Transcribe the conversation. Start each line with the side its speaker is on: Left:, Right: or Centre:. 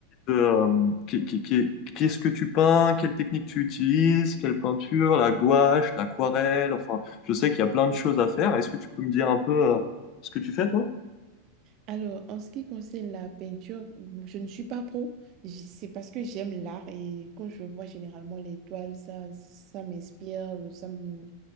Left: euh, qui- qui- qui- qu'est-ce que tu peins? Quelle technique tu utilises? Quelle peinture? La gouache, l'aquarelle? Enfin, je sais qu'il y a plein de choses à faire. Est-ce que tu peux me dire un peu euh, ce que tu fais, toi?
Right: Alors, en ce qui concerne la peinture, m- je ne suis pas pro. J- C'est parce que j'aime l'art et quand je vois généralement les toiles, ça, ça m'inspire, euh, ça me-